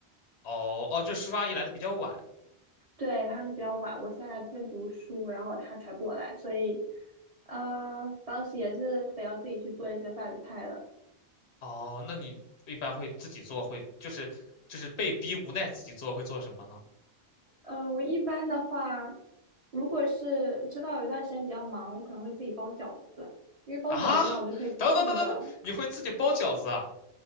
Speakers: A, on the left; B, on the right.
A: 哦哦，就叔叔阿姨来的比较晚。
B: 对，她是比较晚，我先来这边读书，然后她才过来，所以呃当时也是得要自己去做一些饭菜的。
A: 哦，那你一般会自己做，会就是就是被逼无奈自己做，会做什么呢？
B: 嗯，我一般的话，如果是知道有一段时间比较忙，我可能会自己包饺子，因为包饺子的话，
A: 啊，
B: 我就可以冻着
A: 等等等等等，你会自己包饺子啊？